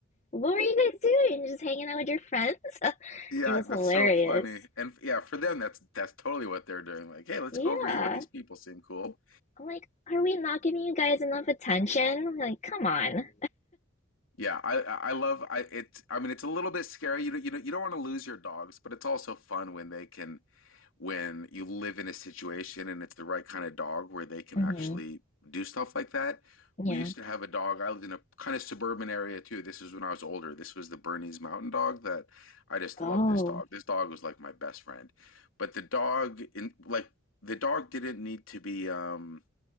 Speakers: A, on the left; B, on the left.
A: What were you guys doing? Just hanging out with your friends? <laughs>
B: Yeah,
A: It was
B: that's
A: hilarious.
B: so funny. And f- yeah, for them that's that's totally what they're doing. Like, hey, let's
A: Yeah.
B: go over here. These people seem cool.
A: I'm like, are we not giving you guys enough attention? Like, come on.
B: Yeah, I I I love I it's I mean it's a little bit scary. You don't you know you don't want to lose your dogs, but it's also fun when they can when you live in a situation and it's the right kind of dog where they can
A: hmm
B: actually do stuff like that.
A: Yeah.
B: We used to have a dog. I lived in a kind of suburban area too. This is when I was older. This was the Bernese Mountain Dog that I just
A: Oh.
B: loved this dog. This dog was like my best friend. But the dog in like the dog didn't need to be um